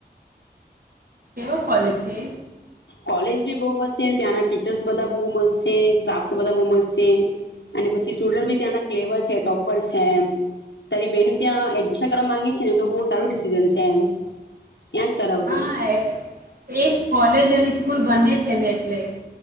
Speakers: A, on the right (about 55°); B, on the left (about 80°).
A: કેવા કોલેજ છે
B: કોલેજ બી બહુ મસ્ત છે ત્યાંના ટીચર્સ બધા બહ મસ્ત છે. સ્ટાફ બધા બહુ મસ્ત છે અને પછી સ્ટુડન્ટ બી ત્યાંના ક્લેવર છે. ટોપર છે એમ તારી બેન ત્યાં એડમિશન કરવા માંગે છે મ. ને તો બહ સારું ડિસિઝન છે એમ ત્યાં કરાવજે
A: હા એક કોલે હજી તો એની સ્કૂલ ભણે છે ને એટલે